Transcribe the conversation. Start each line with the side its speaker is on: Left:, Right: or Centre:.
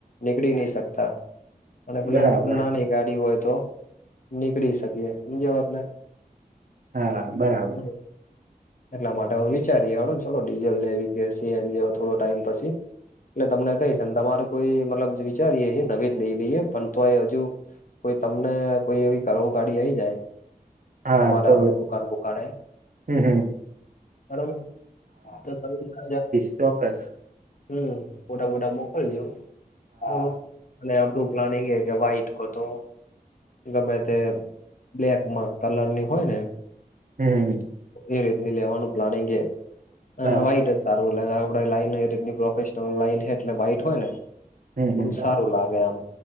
Left: નીકળી ની શકતા. અને પેલી
Right: બરાબર
Left: નાની ગાડી હોય, તો નીકળી શકીએ <unintelligible> વાત ને.
Right: હા હા, બરાબ
Left: હમ. એટલા માટે અવે વિચારી અલો ન ચલો ડીઝલ લેવી કે સી એન જી, અવે થોડો ટાઈમ પસી. એટલે તમને કઈશ ને તમાર કોઈ મતલબ જે વિચારીએે એ નવી જ લઈ લએ પન તોયે અજુ કોઈ તમને કોઈ એવી <unintelligible> ગાડી આયી જાય.
Right: હા
Left: અમારા
Right: તો
Left: આપડે દુકાણ બુકાણે
Right: હમ હમ
Left: બરોબર, તો <inaudible>
Right: ચોક્કેસ
Left: હમ્મ, ફોટા-મોટા મોકલજો. હા... ને આપડુ પ્લાનિંગ એ કે વાઇટ કો તો ગમે તે બ્લેકમાં કલરની હોય ને.
Right: હમ્મ.
Left: એ રીતની લેવાનું પ્લાનિંગે
Right: બરાબર
Left: અને વાઈટ જ સારૂ. તો <inaudible> આપડે લાઈન એ રીતની પ્રોફેશનલ લાઈન હે એટલે વાઇટ હોય ને.
Right: હમ
Left: થોડું
Right: હમ
Left: સારું લાગે આમ.